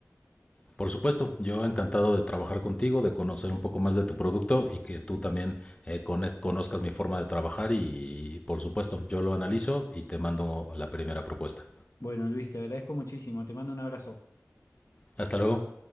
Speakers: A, on the left (about 25°); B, on the left (about 75°).
A: Por supuesto, yo encantado de trabajar contigo, de conocer un poco más de tu producto y que tú también eh, cones- conozcas mi forma de trabajar y por supuesto, yo lo analizo y te mando la primera propuesta.
B: Bueno, Luis, te agradezco muchísimo. Te mando un abrazo.
A: Hasta luego.